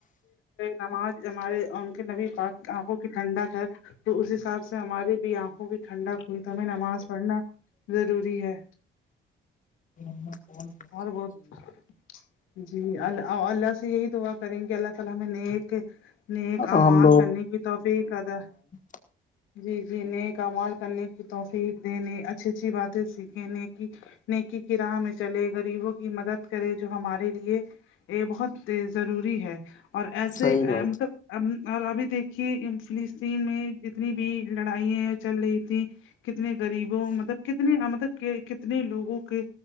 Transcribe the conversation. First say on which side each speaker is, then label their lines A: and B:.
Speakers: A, on the left; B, on the left.
A: نماز ہمارے ان کے نبی پاک آنکھوں کی ٹھنڈک ہے تو اس حساب سے ہماری بھی آنکھوں کی ٹھنڈک ئی تویں نماز پڑھنا ضروری ہے
B: ہ
A: اور بہت جی دعا کریں گے اللہ تعالی ہمیں نیک ن
B: ہم
A: کامال کرنے کی توفی کادہ
B: ببگ
A: جی جی نئے کمال کرنے کی توفیق دینے اچھی اچھی باتیں سیکھے ن کی نیکی کی راہ میں چلے گغریبوں کی مدد کرے جو ہمارے لیے یہ بہت ضروری ہے اور ایسے
B: صحیح بات
A: مطلب اور ابھی دیکھیے فلسطین میں جتنی بھی لڑائں چل رہی تھیں کتنے غریبوں مطلب کتنے مطلب کنے اتنے لوگوں کے